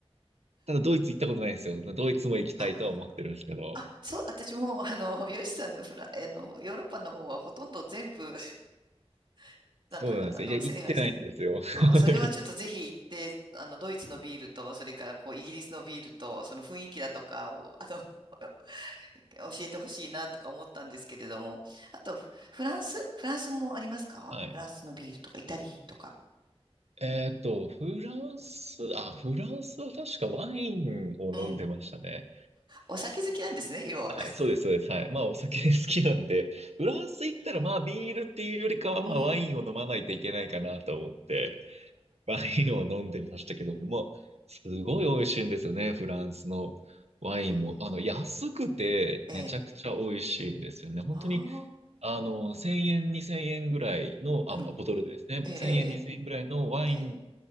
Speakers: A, on the right; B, on the right.
A: ただドイツ行ったことないんですよ。ドイツも行きたいとは思ってるんですけど。
B: あ、あ、そう、私も、あの、ヨシさんのフラ、あの、ヨーロッパの方はほとんど全部、<laughs> なんか、
A: そうなんですよ。
B: あの、
A: いや、行ってないんですよ。
B: 制覇して
A: <laughs>
B: あー、それはちょっとぜひ行って、あの、ドイツのビールと、それからこう、イギリスのビールと、その雰囲気だとかを、あの、<laughs> 教えてほしいなとか思ったんですけれども。あと、フフランス、フランスもありますかフランスのビールとか、
A: はい。
B: イタリーとか。
A: えっと、フランス、あ、フランスは確かワインを飲んでましたね。
B: うん。お酒好きなんですね、要は。
A: はい、
B: <laughs>
A: そうです、そうです。はい。まあ、お酒 <laughs> 好きなんで、フランス行ったら、まあ、ビールっていうよりかは、
B: うん。
A: まあ、ワインを飲まないといけないかなと思って、ワインを飲んでましたけど、まあ、すごい美味しいんですよね、フランスのワインも。
B: うん。
A: あの、安くて、
B: ええ。
A: めちゃくちゃ美味しいんですよね。本当に、
B: あ
A: あの、1000円、2000円ぐらいの、
B: あ。
A: あ、
B: うん。
A: ボトルでですね、
B: ええ、
A: 1000円、
B: え
A: 2000円ぐらいのワイン、
B: え、ええ、